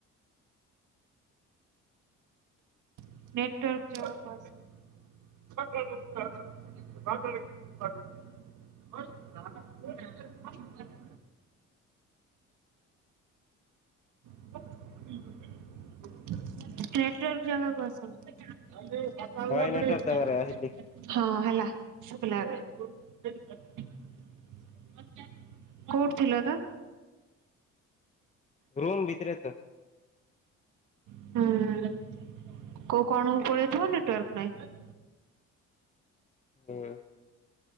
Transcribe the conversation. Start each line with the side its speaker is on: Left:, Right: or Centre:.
Right: ନେଟୱର୍କ ଯବା ପାସ <unintelligible> <unintelligible> ନେଟୱାର୍କ ଜାଗାକୁ ଆସ। <unintelligible>
Left: ହଁ ନେଟୱାର୍କ ଜାଗାରେ ଆସିଲି
Right: ହଁ ହେଲା ଶୁଭିଲା ଏବେ। କୋଉଠି ଥିଲତ?
Left: ରୁମ୍ ଭିତରେତ।
Right: ହୁଁ। କୋଉ କଣକୁ ପଳେଇଥିବ ନେଟୱାର୍କ ନାହିଁ।
Left: ହୁଁ।